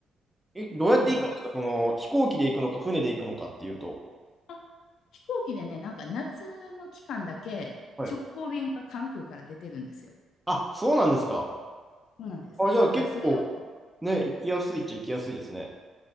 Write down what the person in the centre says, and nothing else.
え、どうやって行くんですかその、
飛行機で行くのか、船で行くのかっていうと。
はいあ、そうなんですか。
あ、じゃあ結構、
ね、行きやすいっちゃ行きやすいですね。